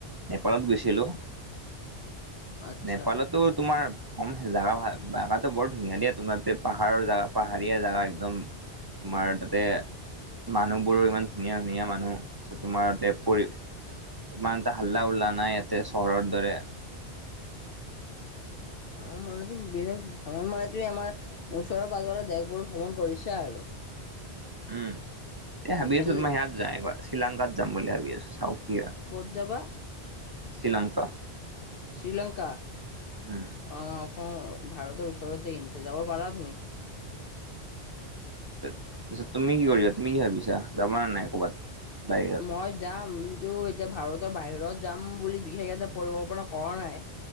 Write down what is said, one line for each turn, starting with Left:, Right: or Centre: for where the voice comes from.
Right: নেপালত গৈছিলোঁ।
Left: আচ্ছা।
Right: নেপালতো তোমাৰ কম জাগা জাগা বৰ ধুনীয়া দিয়াত। তোমাৰ তে পাহাৰৰ জগা পাহাৰীয়া জোগা একদম তোমাৰ তাতে মানুহ বোৰো ইমান ধুনীয়া ধুনীয়া মানুহ তোমাৰ ততে পৰিশ ইমান টা হাল্লা- উল্লা নাই ইয়াতে চহৰৰ দৰে
Left: অ মনত বেলেগ ভ্ৰঙৰ মৰাটোৱে আমাৰ ওচৰৰ পাজৰে দেশবোৰ ভ্ৰমণ কৰিছে আৰু।
Right: উম এ
Left: তুমি
Right: ভাবি
Left: তেন
Right: আছো তোমাই সেয়াত যায়ঙৰ শ্ৰীলংকাত যাম বুলি ভাবি আছো চাও কি হয়।
Left: ক'ত যাবা?
Right: শ্ৰীলংকা।
Left: শ্ৰীলংকা
Right: উম
Left: আমাৰ অসম ভাৰতৰ ওচৰতে কিন্তু যাব পাৰা তুমি।
Right: তছত তুমি কি কৰিবা তুমি কি ভাবিছা যাবা নে নাই ক'ৰবাত বাহিৰত।
Left: মই যাম কিন্তু এতিয়া ভাৰতৰ বাহিৰত যাম বুলি বিশেষ এটা পৰিকল্পনা কৰা নাই।